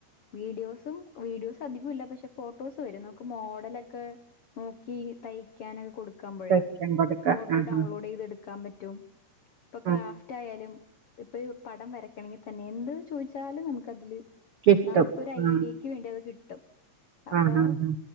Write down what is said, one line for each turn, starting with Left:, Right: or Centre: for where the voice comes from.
Left: വീഡിയോസും വീഡിയോസ് അധികംല്ല പക്ഷെ ഫോട്ടോസ് വരും നമുക്ക് മോഡലൊക്കെ നോക്കി തയിക്കാനൊക്കെ കൊട് ക്കുമ്പൊഴേ
Right: സെക്ഷൻ കൊടുക്കാം
Left: ഫോട്ടോ
Right: ആഹ്
Left: ഡൗൺലോഡെയ്ത്
Right: ആഹ്
Left: എടുക്കാൻ പറ്റും ഇപ്പൊ ക്രാഫ്റ്റ്
Right: ആഹ്
Left: ഇപ്പയും പടം വരക്കണെങ്കി തന്നെ എന്തൊ ചോയ്ച്ചാലും നമുക്കതില്
Right: കിട്ടും.
Left: നമുക്ക് ഒരു
Right: ആഹ്
Left: ഐഡിയക്ക് വേണ്ടി അത് കിട്ടും അപ്പൊ
Right: ആഹ് ആഹ്